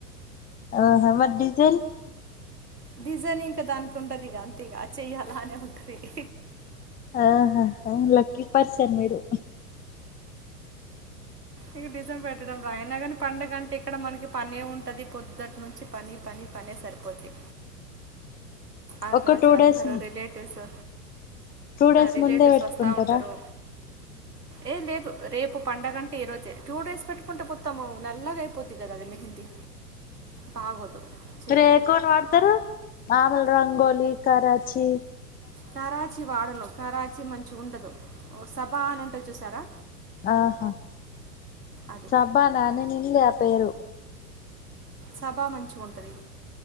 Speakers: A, on the left; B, on the right.
A: ఆహా మరీడిజైన్
B: డిజైనింగ్ దానికి ఉంటది గా అంతేగా చెయ్యాలా అనే ఉంటంది
A: ఆ లక్కీ పర్సన్ మీరు
B: ఇక నిజం పెట్టడం రా అయినా కానీ పండగంటే ఇక్కడ మనకి పనే ఉంటుంది పొద్దుటి నుంచి పని పని పనే సరిపోద్ది ఆ
A: ఒక
B: రోజు
A: టూ
B: అందరు
A: డేస్
B: రిలేటివ్స్
A: టూ డేస్
B: రిలేటివ్స్
A: ముందే పెట్టుకుంటారా
B: వస్తూ ఉంటారు ఏ లేదు రేపు పడుగంటే ఈ రోజే టూ డేస్ పెట్టుకుంటే మొత్తాము నల్లగా అయిపోద్ది కదా అది మెహందీ బాగోదు చేతులకి
A: రే కోన్ వాడతారు మామలు రంగోలీ లీ కా చీ
B: కారాచి వాడను కారాచీ మంచి చ ఉండదు వస బా అని ఉంటుంది చూసారా
A: ఆహా
B: అది
A: సాబానానే ఉంది ఆ పేరు
B: సభా మంచి ఉంటది